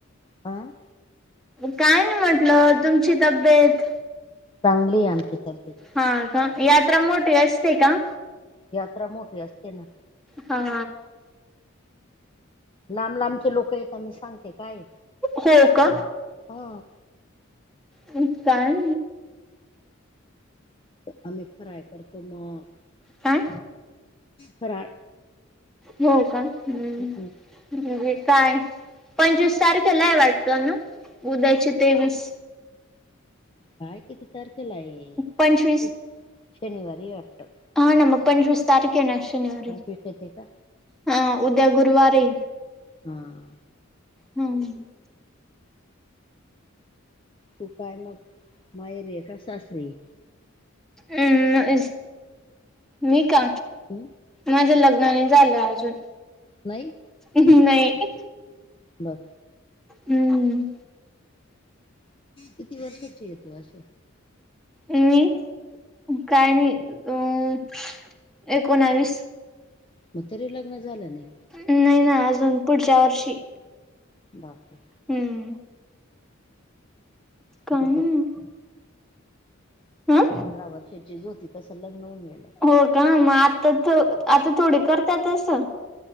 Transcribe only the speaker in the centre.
काय नाही म्हटलं तुमची तब्येत
हा का यात्रा मोठी असते का
हा
हो का
हम काय
काय?
हो का हम्म
काय पंचवीस सारखेलाय वाटत ना उद्याची तेवीस
पंचवीस
हा ना मग पंचवीस तारखे ना शनिवारी
हा उद्या गुरुवारी
हम
हम् मी का
माझं लग्न नाही झालं अजून
नाही
हम्म
मी काय नाही अ एकोणावीस
नाही ना अजून पुढच्या वर्षी
हम्म का
हं
हो का मग आता, आता थोडी करतातस